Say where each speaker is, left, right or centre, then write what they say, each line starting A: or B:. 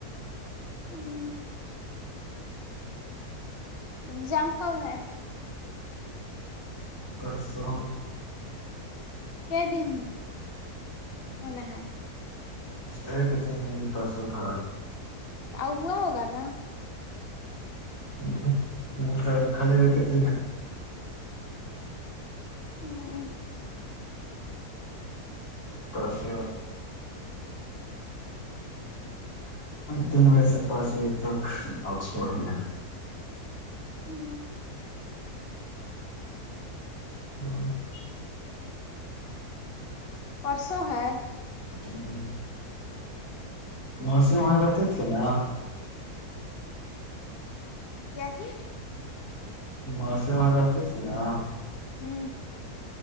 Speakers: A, on the left; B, on the left.
A: ہوں اگزام کب ہے
B: پرسو
A: ک دن ہونا ہے
B: ایک ایک دن پسدھر
A: اؤ ہوا ہوگا نا
B: <unintelligible> خال کت
A: <unintelligible>
B: توسس تین بجے سے پانچ بجے تک آکسفورڈ میں
A: ہوں
B: <unintelligible>
A: پرسوں ہے
B: <unintelligible> نرسم و رہتے تھے نا
A: کیا چیز
B: موسماں رہتے تھے نا
A: ہوں